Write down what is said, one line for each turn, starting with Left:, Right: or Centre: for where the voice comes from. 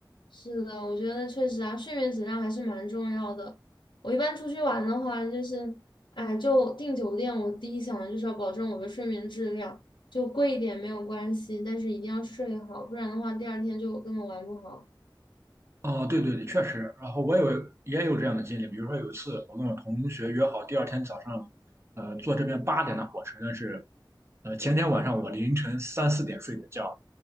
Left: 是的，我觉得确实啊，睡眠质量还是蛮重要的。我一般出去玩的话，就是哎，就订酒店，我第一想的就是要保证我的睡眠质量，就贵一点没有关系，但是一定要睡好，不然的话第二天就根本玩不好。
Right: 哦，对对对，确实。然后我有也有这样的经历，比如说有一次我跟我同学约好第二天早上，呃，坐这边八点的火车，但是呃前天晚上我凌晨三四点睡的觉，